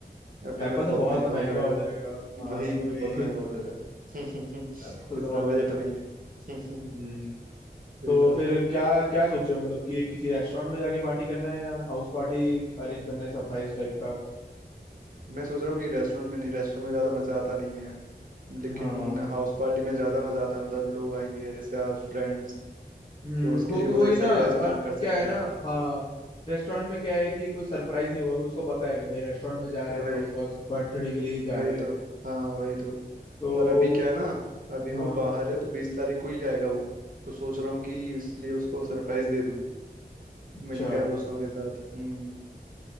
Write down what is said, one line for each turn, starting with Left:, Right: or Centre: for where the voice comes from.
Right: एप्पल
Left: एप्पल
Right: का तो
Left: तो
Right: बहुत
Left: बहुत
Right: महंगा
Left: महंगा
Right: हो जाएगा
Left: हो जाएगा हाँ
Right: भाई
Left: वही
Right: बहुत महंगा हो जाएगा <laughs>
Left: एप्पल
Right: इतना
Left: तो बहुत
Right: बजट
Left: महंगा
Right: नहीं
Left: हो जाएगा
Right: है
Left: हम्म
Right: <laughs> वही
Left: तो
Right: तो
Left: फिर क्या क्या सोचे हो मतलब कि किसी रेस्टोरेंट में जाके पार्टी करना है या हाउस पार्टी अरेंज करना है सरप्राइज टाइप का
Right: मैं सोच रहा हूँ कि रेस्टोरेंट में नहीं रेस्टोरेंट में ज़्यादा मज़ा आता नहीं है लेकिन
Left: हाँ
Right: हाउस पार्टी में ज़्यादा मज़ा आता है मतलब लोग आएंगे रिश्तेदार फ्रेंड्स
Left: हम्म,
Right: तो उसके
Left: क्योंकि
Right: लिए मतलब
Left: वही
Right: एक सरप्राइज
Left: ना और
Right: प्लान कर
Left: क्या
Right: सकते
Left: है ना
Right: हैं
Left: हाँ रेस्टोरेंट में क्या है कि कोई सरप्राइज नहीं होगा उसको पता है कि भाई रेस्टोरेंट में जा रहे हैं
Right: भाई
Left: तो ऑफकोर्स बर्थडे के लिए ही जा
Right: वही
Left: रहे हैं
Right: तो हाँ वही तो
Left: तो
Right: और अभी क्या है ना अभी
Left: हाँ
Right: वो बाहर है तो बीस तारीख को ही आएगा वो तो सोच रहा हूँ कि इसलिए उसको सरप्राइज दे दूँ
Left: अच्छा
Right: मिलकर दोस्तों के साथ हम्म